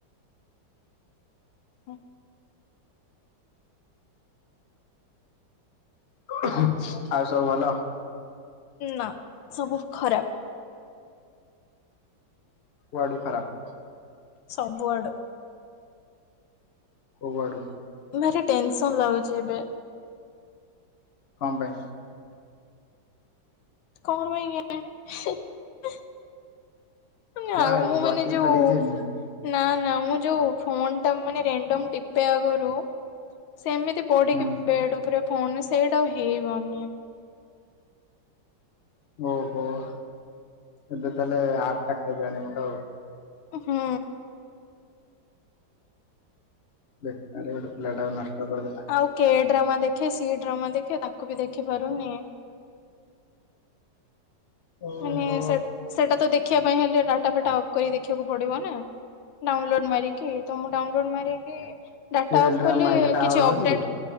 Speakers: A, on the left (about 85°); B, on the left (about 45°).
A: ହୁଁ
B: ଆଉ ସବୁ ଭଲ?
A: ନା ସବୁ ଖରାପ।
B: କୁଆଡୁ ଖରାପ?
A: ସବୁ ଆଡୁ।
B: କୋଉଆଡୁ?
A: ଭାରି ଟେନସନ ଲାଗୁଛି ଏବେ।
B: କଁ ପାଇଁ?
A: କଣ ପାଈଁ କେଜାଣି, ହେଁ ଏଁ
B: ୱାଏ
A: ଆମ ମୁଁ
B: ୱାଟ
A: ମାନେ
B: ଇଜ
A: ଯୋଉ
B: ଦ ରିଜିନ
A: ନା ନା ମୁଁ ଯୋଉ ଫୋନଟା ମାନେ ରେଣ୍ଡମ ଟିପେ ଆଗରୁ ସେମିତି ପଡିକି
B: ହୁଁ
A: ବେଡ ଉପରେ ଫୋନ ସେଇଟା ଆଉ ହେଇ ପାରୁନି ଏବେ।
B: ଓହୋ ଏବେ ତାହେଲେ ଆପଟା ଖାଇଦେଲାଣି ମୁଣ୍ଡ ଆଉ
A: ହୁଁ।
B: ବେକାର ଟାରେ ଗୋଟେ ପିଲଟାକୁ ନଷ୍ଟ କରିଦେଲା।
A: ଆଉ କେ ଡ୍ରାମା ଦେଖେ ସି ଡ୍ରାମା ଦେଖେ ତାକୁ ବି ଦେଖିପାରୁନି।
B: ଓହୋ
A: ମାନେ ସେ ସେଟା ତ ଦେଖିବା ପାଇଁ ହେଲେ ଡାଟା ଫାଟା ଅଫ୍ କରି ଦେଖିବାକୁ ପଡିବ ନା। ଡାଉନଲୋଡ ମାରିକି ତ ମୁ ଡାଉନଲୋଡ ମାରିକି ଡାଟା
B: ସେ
A: ଅଫ୍
B: ଡ୍ରାମା
A: କଲି
B: ହେରିକା ଡାଉନଲୋଡ
A: କିଛି
B: ହଉଛି
A: ଅପଡେଟ
B: କି?